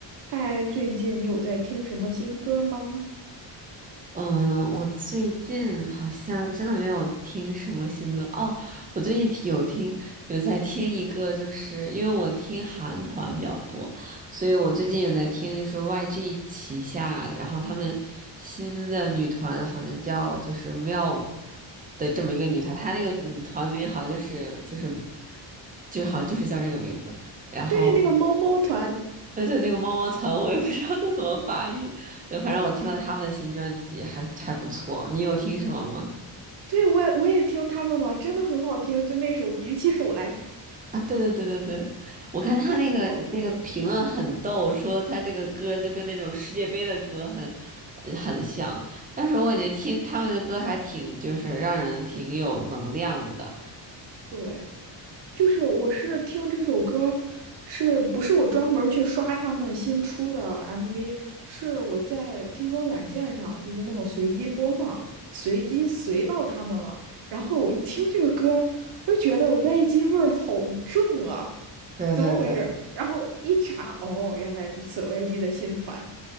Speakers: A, on the right (about 65°); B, on the right (about 20°).
A: 嗨，最近你有在听什么新歌吗？
B: 嗯，我最近好像真的没有听什么新歌哦。我最近听有听有在听一个，就是因为我听韩团比较多，所以我最近有在听，就是 YG 旗下，然后他们新的女团好像叫就是 m i l F 的这么一个女团，她那个女团名好像就是就是就是好像就是叫这个名字，然后。
A: 对，那个猫猫团，
B: 对对，那个猫猫糖，我也不知道它怎么发音。对，反正我听了他们的新专辑还还不错。你有听什么吗？
A: 对，我也我也听他们了，真的很好听，就那首《举起手来》，
B: 啊，对对对对对，我看他那个那个评论很逗，
A: 真的很好听。
B: 说他这个歌就跟那种世界杯的歌很很很像，但是我感觉听他们的歌还挺就是让人挺有能量的。
A: 对，就是我是听这首歌，是不是我专门儿去刷他们新出的 MV？是我在听歌软件上，就是那种随机播放，随机随到他们了。然后我一听这个歌儿我就觉得 YG 味儿好重啊。
B: 对对对，
A: 怎么回事？然后我一查，哦，原来如此，YG 的新团